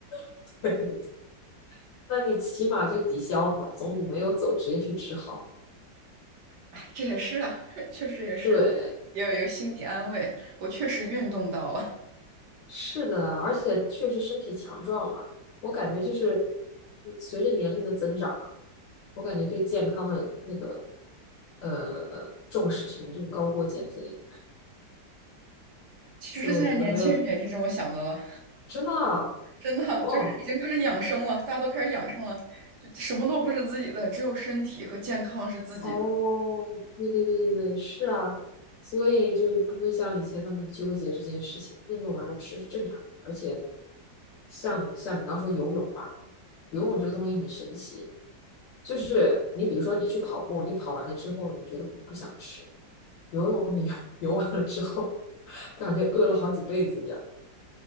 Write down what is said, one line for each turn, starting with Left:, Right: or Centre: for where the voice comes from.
Left: <laughs> 对对对，那你起码就抵消了嘛，总比没有走直接去吃好。
Right: 哎，这也是啊，<laughs> 确实也是，
Left: 对，
Right: 也有一个心理安慰，我确实运动到了。
Left: 是的，而且确实身体强壮了。我感觉就是嗯随着年龄的增长啊，我感觉对健康的那个呃重视程度高过减肥，
Right: 其实现在年轻人也是这么想的了。
Left: 所以我觉得没有真的啊
Right: 真的就是已经开始养生了，
Left: 哦，
Right: 大家都开始养生了，就什么都不是自己的，只有身体和健康是自己的。
Left: 哦，对对对对对，是啊，所以就不会像以前那么纠结这件事情。运动完了吃是正常的，而且像像你刚说游泳吧，游泳这个东西很神奇，就是你比如说你去跑步，你跑完了之后，你觉得你不想吃，游泳你 <laughs> 游完了之后，<laughs> 感觉饿了好几辈子一样，